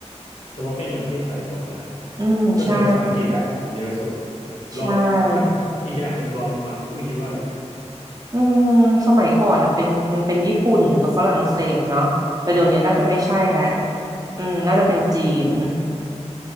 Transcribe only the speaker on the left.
เฉพาะแค่ในประเทศไทยก่อนนะฮะ
ก็ใช้ภาษาอังกฤษและเยอะสุด
ลองอ่ะอีกอย่างหนึ่งลองลงมาคุณอุ้ยคิดว่าอะไร